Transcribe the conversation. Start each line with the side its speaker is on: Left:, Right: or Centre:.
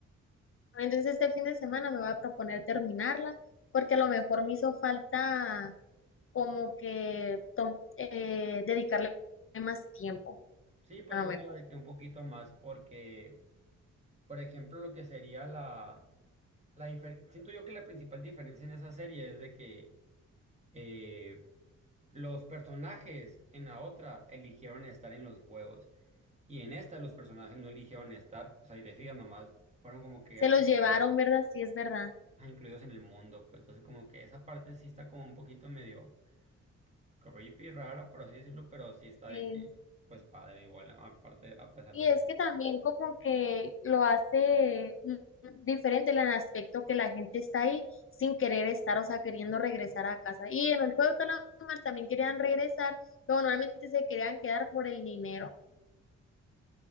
Left: Entonces este fin de semana me voy a proponer terminarla porque a lo mejor me hizo falta como que tom- eh, dedicarle más tiempo,
Right: Sí, pues
Left: a
Right: verla
Left: lo mejor.
Right: de que un poquito más porque, por ejemplo, lo que sería la... La difer- siento yo que la principal diferencia en esa serie es de que eh, los personajes en la otra eligieron estar en los juegos y en esta los personajes no eligieron estar, o sea, y te fijas nomás, fueron como que
Left: Se los
Right: incluidos,
Left: llevaron, ¿verdad? Sí, es verdad.
Right: ah, incluidos en el mundo, pues entonces como que esa parte sí está como un poquito medio creepy, rara, por así decirlo, pero sí está
Left: Sí.
Right: de que, pues padre igual, aparte, a pesar
Left: Y
Right: de...
Left: es que también como que lo hace mm, diferente en el aspecto que la gente está ahí sin querer estar, o sea, queriendo regresar a casa. Y en el juego de calamar también querían regresar, pero normalmente se querían quedar por el dinero.